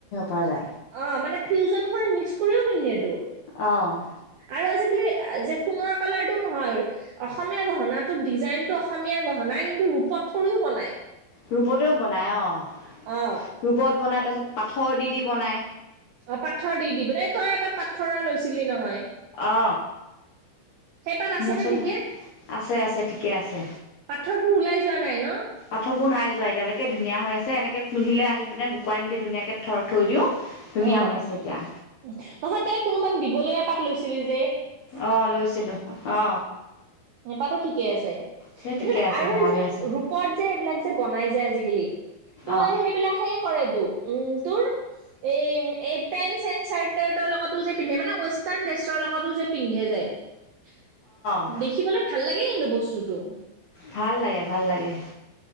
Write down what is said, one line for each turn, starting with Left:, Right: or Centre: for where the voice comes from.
Left: পাৰে।
Right: অ', মানে ফিউজন কৰি মিক্স কৰিও পিন্ধে তোৰ।
Left: অ'।
Right: আৰু আজি-কালি যে সোণৰ কালাৰ টো নহয়। অসমীয়া গহনাটো ডিজাইনতটো অসমীয়া গহনা কিন্তু ৰূপত থৈও বনাই।
Left: ৰূপতেও বনায় অঁ',
Right: অ
Left: ৰূপত বনায় তাৰপিছত পাথৰ দি দি বনায়।
Right: অ', পাথৰ দি দি বনাই তই এবাৰ পাথৰৰ লৈছিলি নহয়।
Left: অ
Right: সেইপাত আছে
Left: মোৰ ওচৰত
Right: নে ঠিকে?
Left: আছে আছে ঠিকে আছে।
Right: পাথৰবোৰ ওলাই যোৱা নাই ন?
Left: পাথৰবো নাই যোৱা এতিয়ালৈকে ধুনীয়া হৈ আছে এনেকে পিন্ধিলে আহি পিনে শুকুৱাই মেলি ধুনীয়াকে ধ-থৈ দিওঁ, ধুনীয়া
Right: অ'।
Left: হৈ আছে এতিয়া।
Right: নহয় তই কোনোবাক দিবলে এপাত লৈছিলি যে?
Left: অ লৈছিলোঁ, অ
Right: সেই পাতো ঠিকে আছে।
Left: সেই ঠিকে
Right: এতিয়া
Left: আছে
Right: আৰু এই
Left: ভাল
Right: যে
Left: হৈ
Right: ৰূপ
Left: আছে
Right: ৰূপত যে এইবিলাক যে বনাই যে আজিকালি, ত'
Left: অ
Right: সেইবিলাক হে কৰে তো- উম' তো। এই, এই পেন্ট-চেণ্ট, চাৰ্ট-তাৰ্টৰ লগতো যে পিন্ধে মানে ৱেষ্টাৰ্ণ ড্ৰেছৰ লগতো যে পিন্ধে যে-
Left: অ
Right: দেখিবলে ভাল লাগে কিন্তু বস্তুটো।
Left: ভাল লাগে ভাল লাগে।